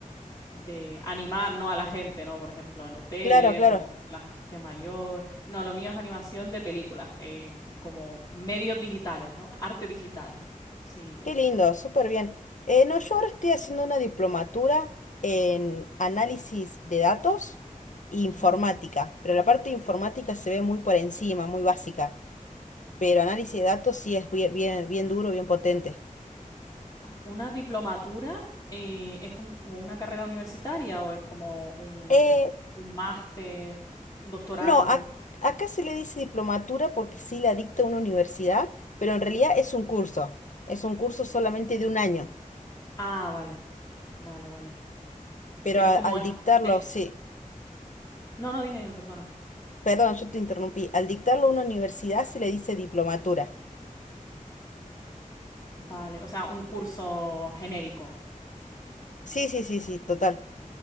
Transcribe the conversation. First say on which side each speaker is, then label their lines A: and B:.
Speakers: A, on the left; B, on the left.
A: de animar, ¿no? a la gente, ¿no? Por ejemplo, en hoteles
B: Claro, claro.
A: o la gente mayor. No, lo mío es animación de películas, eh, como medios digitales, ¿no? Arte digital. Sí.
B: Qué lindo, súper bien. Eh, no, yo ahora estoy haciendo una diplomatura en análisis de datos e informática,
A: Ujú.
B: pero la parte de informática se ve muy por encima, muy básica, pero análisis de datos sí es bien, bien, bien duro, bien potente.
A: Ah, ¿Una diplomatura eh, es un- o una carrera universitaria o es como un,
B: Eh,
A: un máster, un doctorado?
B: no, ac- acá se le dice diplomatura porque sí la dicta una universidad, pero en realidad es un curso. Es un curso solamente de un año.
A: Ah, vale, vale, vale.
B: Pero
A: Pero
B: a-
A: es como
B: al
A: es
B: dictarlo,
A: de-
B: sí.
A: No, no, dime, dime, perdona.
B: Perdón, yo te interrumpí. Al dictarlo una universidad se le dice diplomatura.
A: Vale, o sea, un curso genérico.
B: Sí, sí, sí, sí, total.